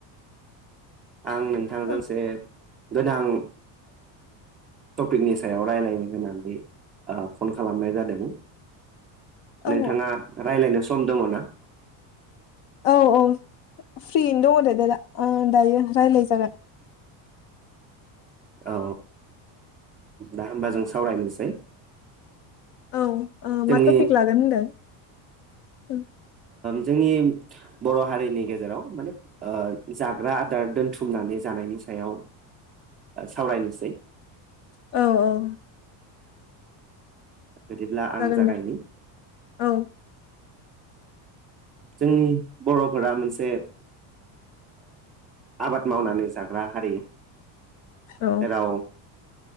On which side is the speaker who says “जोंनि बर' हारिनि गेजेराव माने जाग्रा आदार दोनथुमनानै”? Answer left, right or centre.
Right